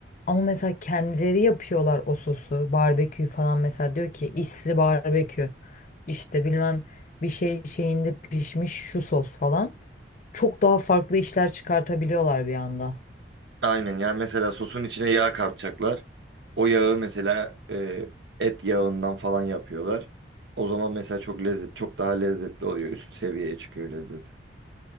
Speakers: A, on the left; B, on the right.
A: Ama mesela kendileri yapıyorlar o sosu. Barbekü falan mesela diyor ki isli barbekü. İşte bilmem bir şey şeyinde pişmiş şu sos falan çok daha farklı işler çıkartabiliyorlar bir anda.
B: Aynen yani mesela sosun içine yağ katacaklar. O yağı mesela e, et yağından falan yapıyorlar. O zaman mesela çok lezzet çok daha lezzetli oluyor. Üst seviyeye çıkıyor lezzeti.